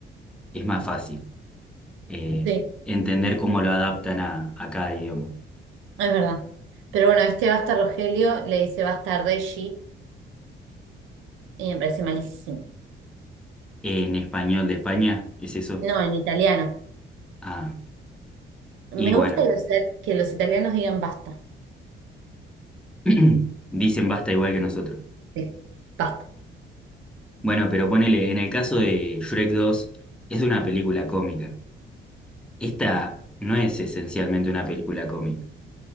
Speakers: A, in the centre; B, on the right (about 80°).
A: es más fácil eh,
B: Sí,
A: entender cómo lo adaptan a, a cada idioma.
B: es verdad. Pero bueno, este basta Rogelio le dice basta Reggie y me parece malísimo.
A: En español de España, ¿es eso?
B: No, en italiano.
A: Ah,
B: Me
A: y bueno,
B: gusta que los, que los italianos digan basta.
A: <clears throat> dicen basta igual que nosotros.
B: Sí, basta.
A: Bueno, pero ponele, en el caso de Shrek dos es una película cómica. Esta no es esencialmente una película cómica,